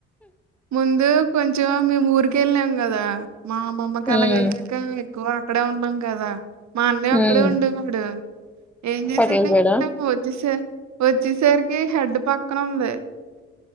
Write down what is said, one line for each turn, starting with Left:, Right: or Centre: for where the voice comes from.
Right: ముందు కొంచెం మేము ఊరికి వెళ్ళాం కదా మా అమ్మమ్మకి అలాగ
Centre: ఉమ్
Right: అయ్యాక ఎక్కువ అక్కడే ఉన్నాం కదా మా అన్న ఒక్కడే
Centre: ఉమ్
Right: ఉండేవాడు ఏం చేసాడు
Centre: పటేల్ బేడా
Right: వచ్చేస వచ్చేస్ సరికి హెడ్ పక్కను ఉంది